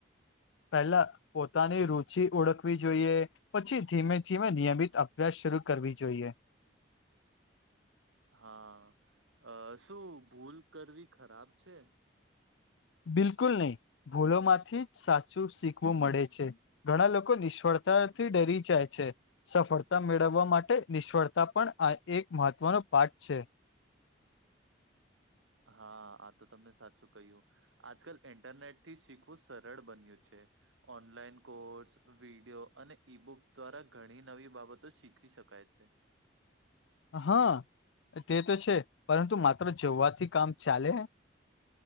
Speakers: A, on the left; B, on the right.
A: પહેલા પોતાની રુચિ ઓળખવી જોઈએ પછી ધીમે ધીમે નિયમિત અભ્યાસ શરૂ કરવી જોઈએ
B: હા અ શું ભૂલ કરવી ખરાબ છે.
A: બિલકુલ નહી ભૂલો માંથી જ સાચું શીખવું મળે છે. ઘણા લોકો નિષ્ફળતાથી ડરી જાય છે. સફળતા મેળવવા માટે નિષ્ફળતા પણ આ એક મહત્વનો પાઠ છે.
B: હા આ તો તમને સાચું કહ્યું આજકાલ ઇન્ટરનેટ થી શીખવું સરળ બન્યું છે. ઓનલાઈન કોર્સ વિડીયો અને ઈ બુક દ્વારા ઘણી નવી બાબતો શીખવી શકાય છે.
A: હા તે તો છે પરંતુ માત્ર જોવાથી કામ ચાલે